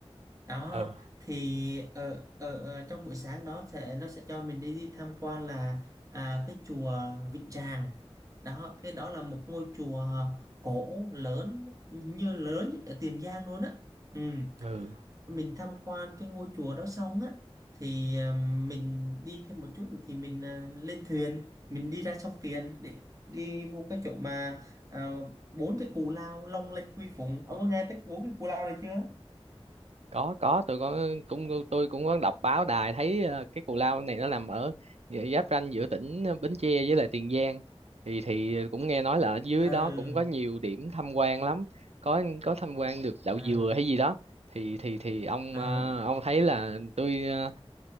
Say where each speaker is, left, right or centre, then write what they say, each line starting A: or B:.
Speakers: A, on the right; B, on the right.
A: đó
B: ừ
A: thì ở, ở, ở trong buổi sáng đó sẽ nó sẽ cho mình đi, đi tham quan là à, cái chùa Vĩnh Tràng đó cái đó là một ngôi chùa cổ lớn như lớn nhất ở Tiền Giang luôn á ừ.
B: ừ
A: mình tham quan cái ngôi chùa đó xong á thì à, mình đi thêm một chút nữa thì mình à, lên thuyền mình đi ra sông Tiền để đi vô cái chỗ mà à, bốn cái cù lao Long Lanh Quy Phụng ông có nghe tới bốn cái cù lao này chưa
B: có có tụi con cũng tôi cũng có đọc báo đài thấy ờ, cái cù lao này nó nằm ở gi- giáp ranh giữa tỉnh ờ, Bến Tre với lại Tiền Giang thì thì cũng nghe nói là ở dưới
A: ừ
B: đó cũng có nhiều điểm tham quan lắm có có tham quan được đậu
A: ờ
B: dừa hay gì đó thì thì thì ông
A: À,
B: ờ, ông thấy là tôi ờ,